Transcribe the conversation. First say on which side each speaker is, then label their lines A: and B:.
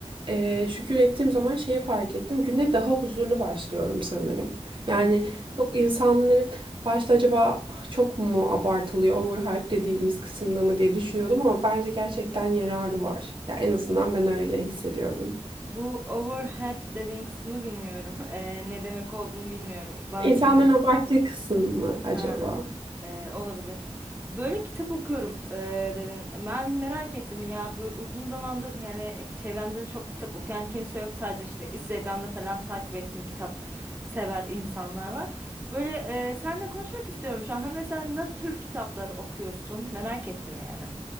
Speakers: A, on the right (about 45°); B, on the right (about 20°).
A: e, şükür ettiğim zaman şeye fark ettim. Güne daha huzurlu başlıyorum sanırım.
B: Hı hı.
A: Yani çok insanların Başta acaba "Ah, çok mu abartılıyor, overhype dediğimiz kısımda mı diye düşünüyordum ama bence gerçekten yararı var. Ya en azından ben öyle hissediyorum.
B: Bu overhead dediğin kısmı bilmiyorum. Ee, ne demek olduğunu bilmiyorum. Bana
A: İnsanların
B: kelime...
A: abarttığı kısım mı acaba?
B: Ha. Ee, olabilir. Böyle kitap okuyorum ee, dedin. Ben merak ettim ya bu uzun zamandır hani çevremde de çok kitap okuyan kimse yok. Sadece işte Instagram'da falan takip ettiğim kitap sever insanlar var. Böyle ee, seninle konuşmak istiyorum şu an. Ha, mesela ne tür kitaplar okuyorsun? Merak ettim yani.